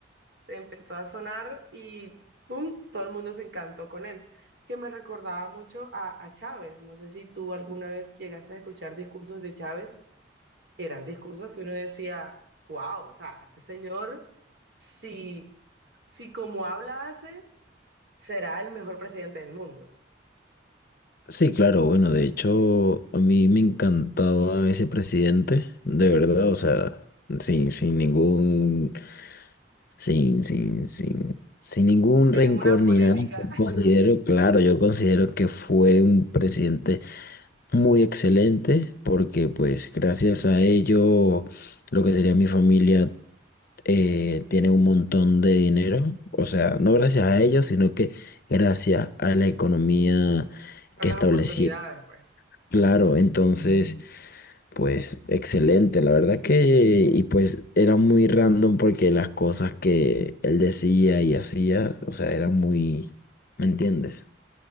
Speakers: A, on the right; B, on the left.
A: empezó a sonar y ¡pum! Todo el mundo se encantó con él, que me recordaba mucho a, a Chávez. No sé si tú alguna vez llegaste a escuchar discursos de Chávez, que eran discursos que uno decía, wow, o sea, este señor, si, si como habla hace, será el mejor presidente del mundo.
B: Sí, claro, bueno, de hecho, a mí me encantaba ese presidente, de verdad, o sea, sin, sin ningún, sin, sin, sin, sin ningún
A: Tienen
B: rencor
A: una polémica
B: ni nada. yo
A: <laughs>
B: Considero, claro, yo considero que fue un presidente muy excelente, porque pues gracias a ello, lo que sería mi familia eh, tiene un montón de dinero, o sea, no gracias a ellos, sino que gracias a la economía
A: con
B: que
A: las
B: establecieron.
A: oportunidades, pues.
B: Claro, entonces, pues excelente, la verdad que, y pues era muy random porque las cosas que él decía y hacía, o sea, eran muy, ¿me entiendes?